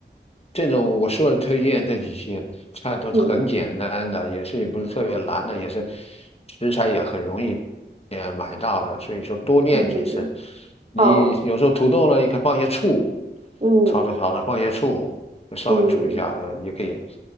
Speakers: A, on the left; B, on the right.
A: 这种我说的推荐这几些菜都是很简单的，
B: 嗯
A: 也是也不是特别难的，也是食材也很容易，呃，买到的，所以说多练几次。
B: 嗯，
A: 你有时候土豆呢，
B: 好，
A: 你可以放些醋，
B: 嗯
A: 炒着炒着放些醋，稍微煮一下，
B: 嗯，
A: 呃，也可以，